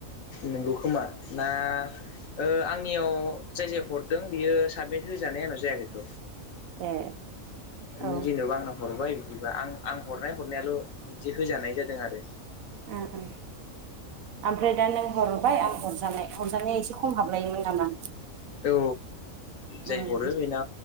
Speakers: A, on the left; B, on the right.
A: नोंगौ खोमा ना ओ आंनियाव जाय जाय हरदों बियो साबमिट होजानाय आंनाव जायाखैथ'
B: ए औ
A: नों जेनबा आंनो हरबाय बिदिबा आं आं हरनाय हरनायाल' बिदि होजानाय जादों आरो
B: ओम ओम आम फ्राय दा नों हरबाय आं हरजानाय हरजानाया एसे खम हाबलायोमोन नामा
A: औ जाय
B: उम
A: हरो बेना